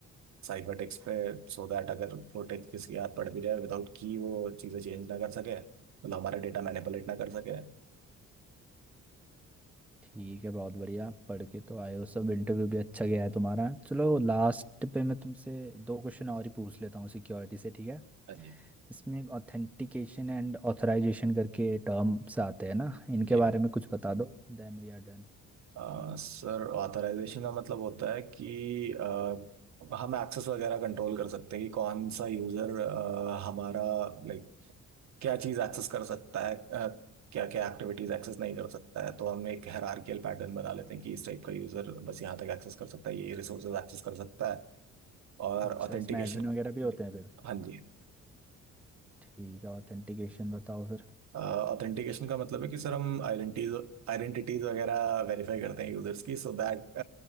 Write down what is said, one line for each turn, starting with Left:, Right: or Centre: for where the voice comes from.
Right: साइफर टेक्स्ट पे सो दैट अगर वो टेक्स्ट किसी के हाथ पड़ भी जाए विदाउट की वो चीज़ें चेंज ना कर सके मतलब हमारा डेटा मैनिपुलेट ना कर सके
Centre: ठीक है बहुत बढ़िया पढ़ के तो आए हो सब इंटरव्यू भी अच्छा गया है तुम्हारा चलो लास्ट पे मैं तुमसे दो क्वेश्चन और ही पूछ लेता हूँ सिक्योरिटी से ठीक है
Right: हाँ जी
Centre: इसमें एक ऑथेंटिकेशन एंड ऑथराइजेशन करके टर्म्स आते हैं ना इनके
Right: जी
Centre: बारे में कुछ बता दो देन वी आर डन
Right: आ, सर ऑथराइजेशन का मतलब होता है कि आ, हम एक्सेस वगैरह कंट्रोल कर सकते हैं कि कौन सा यूजर हमारा लाइक क्या चीज एक्सेस कर सकता है क्या क्या एक्टिविटीज एक्सेस नहीं कर सकता है तो हम एक हायरार्कियल पैटर्न बना लेते हैं कि इस टाइप का यूजर बस यहाँ तक एक्सेस कर सकता है ये रिसोर्सेज एक्सेस कर सकता है और
Centre: अच्छा
Right: ऑथेंटिकेशन
Centre: इसमें एडमिन वगैरह भी होते हैं फिर
Right: हाँ जी
Centre: ठीक है ऑथेंटिकेशन बताओ फिर
Right: ऑथेंटिकेशन का मतलब है कि सर हम आइडेंटिटीज आइडेंटिटीज वगैरह वेरीफाई करते हैं यूजर्स की सो दैट